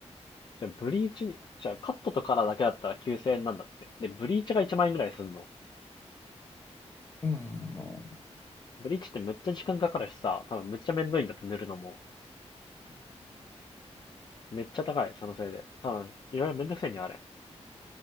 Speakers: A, on the left; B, on the left.
A: じゃあ、ブリーチに、じゃあ、カットとカラーだけだったら9千円なんだって。で、ブリーチが1万円ぐらいすんの。
B: そうなんだ。
A: ブリーチってめっちゃ時間かかるしさ、多分めっちゃめんどいんだって塗るのも。
B: うん。
A: めっちゃ高い、そのせいで。多分、いろいろめんどくせえにあれ。